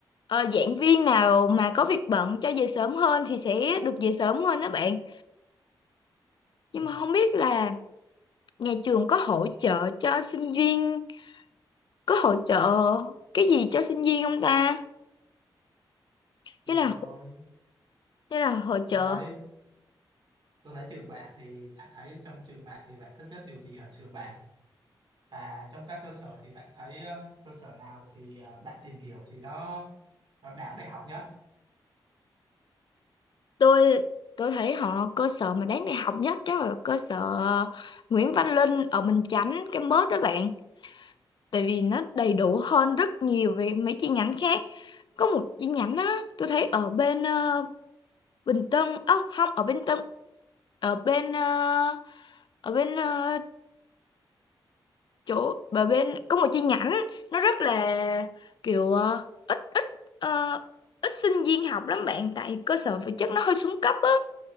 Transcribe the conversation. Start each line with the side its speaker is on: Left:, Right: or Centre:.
Left: ờ, giảng viên nào mà có việc bận cho về sớm hơn thì sẽ được về sớm hơn đó bạn nhưng
Right: Ừ,
Left: mà không biết là nhà trường có hỗ trợ cho sinh viên có hỗ trợ cái gì cho sinh viên không ta
Right: chịu
Left: như là
Right: thôi
Left: như là hỗ trợ
Right: tôi thấy tôi thấy trường bạn thì bạn thấy trong trường bạn thì bạn thích nhất điều gì ở trường bạn và trong các cơ sở thì bạn thấy ờ, cơ sở nào thì ờ, bạn tìm hiểu thì nó nó đáng để học nhất
Left: tôi tôi thấy họ cơ sở mà đáng đại học nhất chắc là cơ sở Nguyễn Văn Linh ở Bình Chánh campus đó bạn tại vì nó đầy đủ hơn rất nhiều về mấy chi nhánh khác có một chi nhánh á tôi thấy ở bên ờ, Bình Tân ông không ở bên Tân ở bên ờ, ở bên ờ, chỗ ở bên có một chi nhánh nó rất là kiểu ờ, ít ít ờ, ít sinh viên học lắm bạn tại cơ sở vật chất nó hơi xuống cấp á